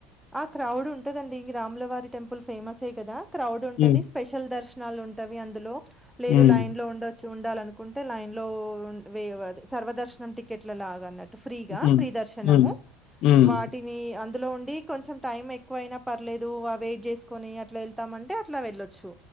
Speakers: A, in the centre; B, on the left.
A: ఆ క్రౌడ్ ఉంటదండి రాములవారి టెంపుల్ ఫేమస్ స కదా క్రౌడ్ ఉంటుది
B: హ్మ్.
A: స్పెషల్ దర్శనాలు ఉంటాయి వి అందులో లేదు
B: హ్మ్.
A: లైన్ లో ఉండొచ్చు ఉండాలనుకుంటే లైన్ లో ఉన్ వే అద్ సర్వదర్స్ మన టికెట్లా లాగా అనట్ ఫ్రీగా
B: హ్మ్.
A: ఫ్రీ దర్శనము
B: హ్మ్. హ్మ్.
A: వాటిని అందులో ఉ కొంచై టైం ఎక్కువ అయినా పర్లేదు ఆ వెయిట్ జెస్కుని అట్లా వెళ్తామంటే అట్లా వెళ్లొచ్చు